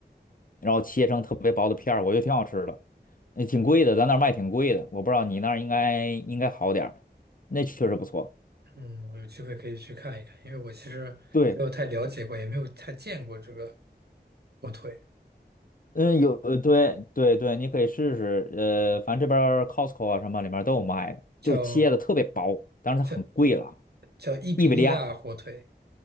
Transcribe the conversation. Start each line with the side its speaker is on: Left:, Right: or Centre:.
Left: 然后切成特别薄的片儿，我觉得挺好吃的，也挺贵的，咱那儿卖挺贵的，我不知道你那儿应该应该好点儿，那确实不错。
Right: 嗯，我有机会可以去看一看，因为我其实
Left: 对，
Right: 没有太了解过，也没有太见过这个火腿，
Left: 嗯，有，呃对对对，你可以试试，呃，反正这边儿 Costco 啊什么里面都有卖的，
Right: 叫
Left: 就是切的特别薄，但是它很贵了啊，
Right: 叫叫伊比利亚火腿，
Left: 伊比利亚